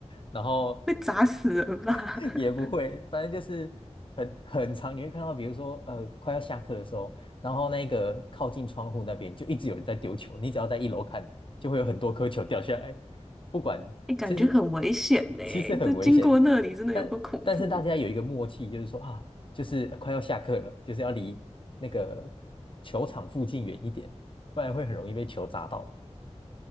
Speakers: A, on the left; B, in the centre.
A: 然后
B: 会砸死人吧？
A: <laughs>
B: <laughs>
A: 也不会，反正就是很很长，你会看到，比如说呃，快要下课的时候，然后那个靠近窗户那边就一直有人在丢球，你只要在一楼看，就会有很多颗球掉下来，不管，
B: 哎，感觉很危险呢。
A: 其实其实很危险，
B: 这经过那里真的有个恐怖的，
A: 但但是大家有一个默契，就是说啊，就是快要下课了，就是要离那个球场附近远一点，不然会很容易被球砸到。